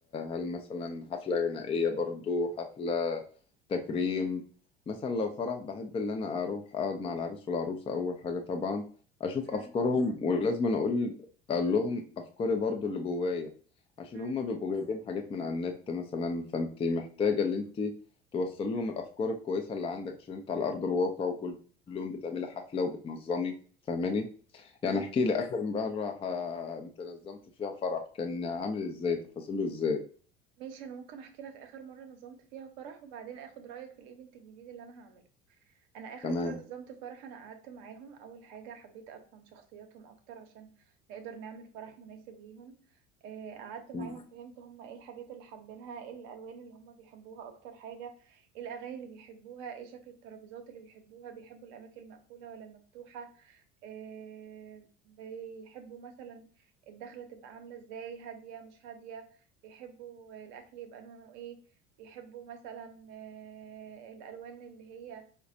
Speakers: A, on the left; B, on the right.
A: هل مثلا حفلة غنائية برضو حفلة تكريم مثلا لو فرح بحب ان انا اروح اقعد مع العريس والعروسة اول حاجة طبعا اشوف
B: مم،
A: افكارهم ولازم أنا اقول اقول لهم افكاري برضو اللي جوايا عشان
B: مم،
A: هما بيبقوا جايبين حاجات من على النت مثلا فانت محتاجة ان انت توصل لهم الافكار الكويسة اللي عندك عشان انت على ارض الواقع وكل يوم بتعملي حفلة وبتنظمي فاهماني يعني
B: مم.
A: احكي لي آخر مرة ح... انت نظمت فيها فرح كان عامل ازاي تفاصيله ازاي
B: ماشي انا ممكن احكي لك اخر مره نظمت فيها فرح وبعدين اخد رايك في الايفنت الجديد اللي انا هعمله انا اخر
A: تمام
B: مره نظمت فرح انا قعدت معاهم اول حاجه حبيت افهم شخصياتهم اكتر عشان نقدر نعمل فرح مناسب ليهم آه، قعدت معاهم
A: مم.
B: فهمت هم ايه الحاجات اللي حابينها ايه الالوان اللي هم بيحبوها اكتر حاجه ايه الاغاني اللي بيحبوها ايه شكل الترابيزات اللي بيحبوها بيحبوا الاماكن المقفوله ولا المفتوحه آه، بيحبوا مثلا الدخله تبقى عامله ازاي هاديه مش هاديه بيحبوا الاكل يبقى نوعه ايه بيحبوا مثلا آه، الالوان اللي هي